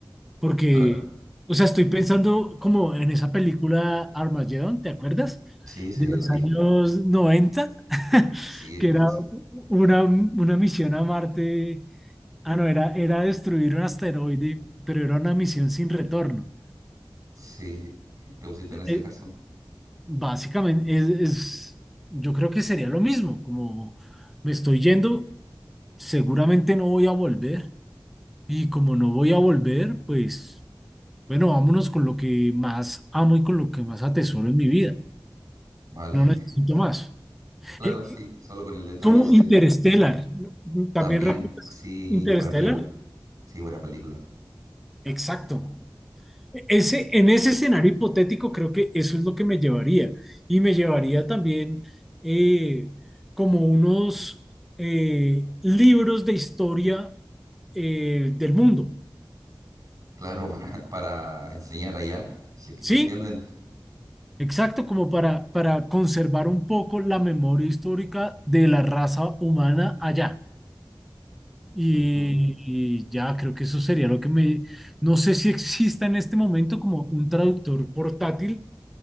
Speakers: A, in the centre; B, on the right.
A: Porque,
B: claro.
A: o sea, estoy pensando como en esa película Armageddon, ¿te acuerdas?
B: Sí, sí,
A: De los
B: la vi.
A: años noventa <laughs>
B: Sí,
A: que
B: viejizo.
A: era una, una misión a Marte. Ah, no, era, era destruir un asteroide, pero era una misión sin retorno.
B: Sí, <laughs> te pusiste
A: Eh,
B: en ese caso.
A: básicamente, es, es- yo creo que sería lo mismo, como me estoy yendo, seguramente no voy a volver, y como no voy a volver, pues Bueno, vámonos con lo que más amo y con lo que más atesoro en mi vida.
B: Vale.
A: No necesito
B: <laughs>
A: más.
B: Claro,
A: Eh,
B: sí,
A: eh,
B: solo con el detalle
A: como
B: ese
A: Interstellar. ¿no? ¿También
B: también.
A: repitas
B: Sí,
A: Interstellar?
B: buena película. Sí, buena película.
A: Exacto. E- Ese, en ese escenario hipotético creo que eso es lo que me llevaría. Y me llevaría también eh, como unos eh, libros de historia eh, del mundo.
B: Claro, <laughs> para, para enseñar allá, si es que
A: ¿Sí?
B: te entienden.
A: Exacto, como para, para conservar un poco la memoria histórica de la raza humana allá. Y,
B: Ujú.
A: y ya creo que eso sería lo que me... No sé si exista en este momento como un traductor portátil